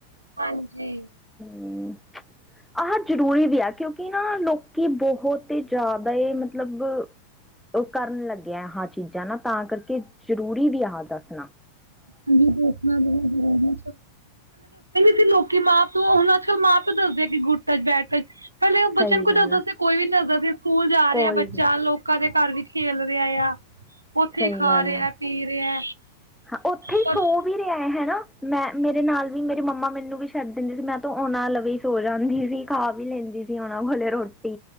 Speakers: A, on the right; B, in the centre.
A: ਹਾਂਜੀ
B: ਹਮ ਚ ਆਹ ਜ਼ਰੂਰੀ ਵੀ ਆ ਕਿਉਂਕਿ ਨਾ ਲੋਕੀ ਬਹੁਤ ਹੀ ਜ਼ਿਆਦਾ ਹੀ ਮਤਲਬ ਉਹ ਕਰਨ ਲੱਗਿਆ ਆ। ਚੀਜ਼ਾਂ ਨਾ! ਤਾਂ ਕਰਕੇ ਜ਼ਰੂਰੀ ਵੀ, ਆ ਕਰਨਾ।
A: ਹਾਂਜੀ ਦ ਬਤ <inaudible> ਨਹੀਂ ਨਹੀਂ ਸੀ ਲੋਕੀ ਮਾਂ ਪਿਓ! ਹੁਣ ਅੱਜ ਕੱਲ੍ਹ ਮਾਂ ਪਿਓ ਦੱਸਦੇ ਆ ਕਿ ਗੁੱ ਟੱਚ ਬੈਠ ਟਚ ਪਹਿਲੇ ਬੱਚਿਆਂ
B: ਸਹੀ
A: ਨੂੰ ਕੁਝ
B: ਗੱਲ
A: ਦੱਸਦਾ
B: ਆ
A: ਸੀ। ਕੋਈ ਵੀ ਨੀ ਦੱਸਦਾ ਸੀ। ਸਕੂਲ ਜਾ
B: ਕੋਈ
A: ਰਿਹਾ ਬੱਚਾ
B: ਵੀ
A: ਲੋਕਾਂ ਦੇ ਘਰ ਵੀ ਖੇਲ ਰਿਹਾ ਆ, ਉੱਥੇ
B: ਸਹੀ
A: ਖਾ
B: ਗੱਲ
A: ਰਿਹਾ,
B: ਆ
A: ਪੀ ਰਿਹਾ
B: ਹਾਂ ਉੱਥੇ ਹੀ
A: ਪਰ
B: ਸੋ ਵੀ ਰਿਹਾ ਏ ਹੈਨਾ! ਮੈਂ, ਮੇਰੇ ਨਾਲ ਵੀ, ਮੇਰੇ ਮੰਮਾ ਮੈਨੂੰ ਵੀ ਛੱਡ ਦਿੰਦੀ ਸੀ। ਮੈਂ ਤ ਉਹਨਾਂ ਲਵੇ ਸੋ ਜਾਂਦੀ ਸੀ, ਖਾ ਵੀ ਲੈਂਦੀ ਸੀ ਉਹਨਾਂ ਕੋਲੇ ਰੋਟੀ।